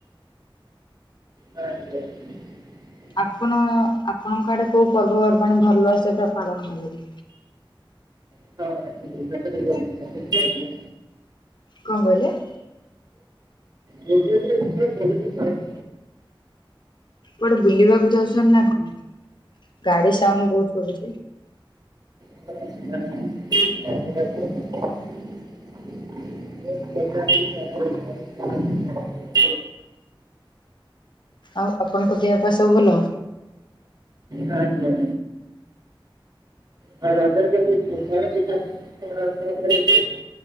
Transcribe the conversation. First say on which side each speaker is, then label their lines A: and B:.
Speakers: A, on the right (about 50°); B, on the left (about 55°).
A: ନାଇଁ ଯୋଉ।
B: ଆପଣ ଆପଣଙ୍କ ଆଡେ କୋଉ ପର୍ବପର୍ବାଣି ଭଲ ସେ ପୁରା ପାଳନ ହୁଏ?
A: ହଁ <inaudible>
B: କଣ କହିଲେ?
A: ପ୍ରିଭିଅସରେ ଏଠି ପୁରା ଭଲରେ ପଡ଼େ।
B: କୁଆଡେ ବୁଲିବାକୁ ଯାଉଛନ୍ତି ନା କଣ? ଗାଡ଼ି ସାଉଣ୍ଡ ବହୁତ ଶୁଭୁଛି।
A: <unintelligible> <unintelligible>
B: ଆଉ ଆପଣଙ୍କ ଦେହ ପା ସବୁ ଭଲ?
A: ଆଜ୍ଞା। ଆଉ ରଜରେ କେମିତି କଣ ସବୁ ପିଠା ସବୁ ଦେଇଥିଲା ତମର?